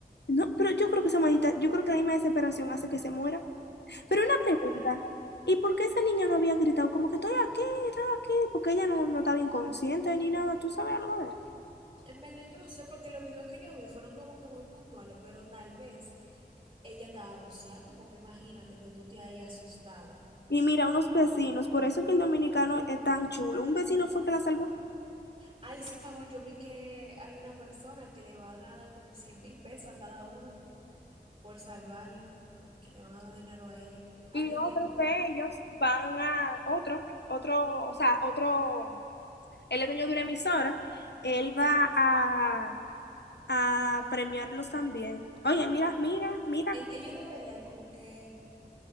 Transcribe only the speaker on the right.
Pero
claro.
En verdad yo no sé porque los videos que yo vi fueron como que muy puntuales, pero tal vez ella estaba buceando, porque imagínate que tú te ahí asustada.
Ay, sí, mi amor, yo vi que hay una persona que le van a dar como cien mil pesos a cada uno por salvarla, que le van a dar dinero a ella. Alguien
dijo, "Wow".
El- ellos deberían como que